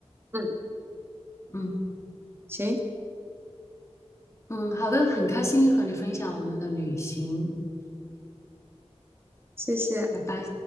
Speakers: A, on the right; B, on the left.
A: 嗯，
B: 嗯。
A: 行，
B: 嗯，好的，很开心和你分享我们的旅行，
A: 谢谢。
B: 拜拜。